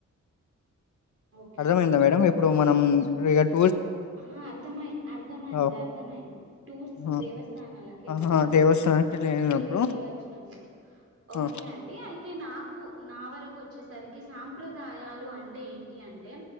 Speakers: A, on the right; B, on the left.
A: ఓకే
B: అర్థమైందా మేడం ఇప్పుడు మనం రేట్
A: ఆ అర్థమయి అర్థమయింది
B: ఆ,
A: అర్థమయింది టూర్స్
B: ఆ,
A: దేవస్థానాలకు వెళ్ళినప్పుడు
B: ఆహా దేవస్థానానికి లేనప్పుడు
A: తిరిగి వచ్చినప్పుడు ఓకే
B: ఆ,
A: అండి అయితే నాకు నా వరకు వచే చ్చేసరికి సాంప్రదాయాలు అంటే ఏంటి అంటే